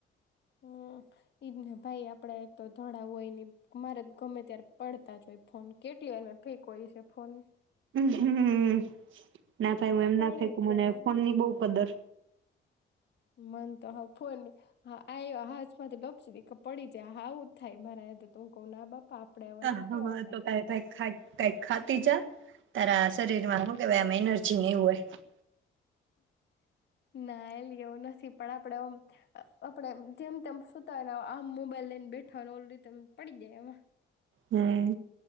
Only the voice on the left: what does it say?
હમ ઈજ ને ભાઈ આપડ એક તો ધડા હોય નને મારે ગમે ત્યારે પડતા જ હોય ફોન કેટલી વાર ફેંક હોય છે ફોન
પડી
જ
જાય
મન તો હાવ ફોન હા આયવા આ હાથમાંથી લપસી દે પડી જાય હાવ આવું હું જ થાય મારા હાથે તો હું ક્વ ના બાપા આપડે હવે
નથી
લેવા
કઈ
ના એલી એવું નથી પણ આપડે એમ આપડે જેમ તેમ સુતાય આમ મોબાઈલ લઈને બેઠાનું ઓલુ રીતે પડી જાય એમાં.